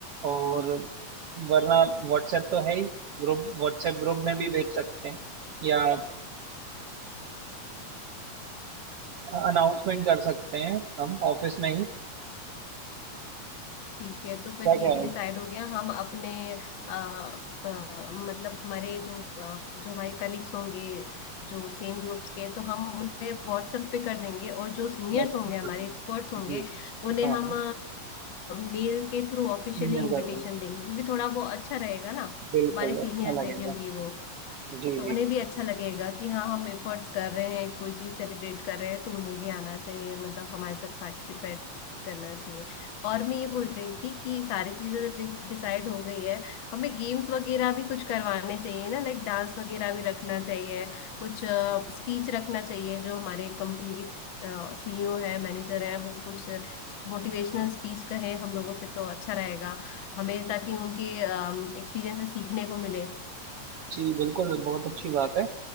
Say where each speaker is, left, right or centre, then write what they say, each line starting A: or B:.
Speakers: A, on the right; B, on the left.
A: और वरना व्हाट्सएप तो है ही ग्रुप व्हाट्सएप ग्रुप में भी भेज सकते हैं या अनाउंसमेंट कर सकते हैं हम ऑफिस में ही
B: ठीक है तो फिर
A: क्या
B: ये
A: क्या
B: भी डिसाइड हो गया हम अपने अ, अ, मतलब हमारे जो अ, जो हमारे कलीग्स होंगे जो सेम ग्रुप्स के तो हम उन्हें व्हाट्सएप पे कर देंगे और जो सीनियर्स
A: व्हाट्सएप
B: होंगे हमारे
A: कर देना
B: एक्सपर्ट्स होंगे
A: जी
B: उन्हें
A: हाँ
B: हम
A: हाँ
B: मेल के थ्रू ऑफिशियली
A: ईमेल
B: इनविटेशन
A: कर देना
B: देंगे क्योंकि थोड़ा वो अच्छा रहेगा ना
A: बिल्कुल
B: हमारे सीनियर्स
A: अच्छा लगेगा
B: है क्योंकि वो
A: जी
B: तो
A: जी
B: उन्हें भी अच्छा लगेगा कि हाँ हम एफर्ट्स कर रहे हैं कोई चीज सेलिब्रेट कर रहे हैं तो उन्हें भी आना चाहिए मतलब हमारे साथ पार्टिसिपेट करना चाहिए और मैं ये बोल रही थी कि सारी चीजें तो डिसाइड हो गई है हमें गेम्स वगैरह भी कुछ करवाने चाहिए ना लाइक डांस वगैरह भी रखना चाहिए कुछ स्पीच रखना चाहिए जो हमारे कंपनी की सीईओ है मैनेजर है वो कुछ मोटिवेशनल स्पीच कहे हम लोगों से तो अच्छा रहेगा हमें ताकि उनके एक्सपीरियंस से सीखने को मिले
A: जी बिल्कुल बहुत अच्छी बात है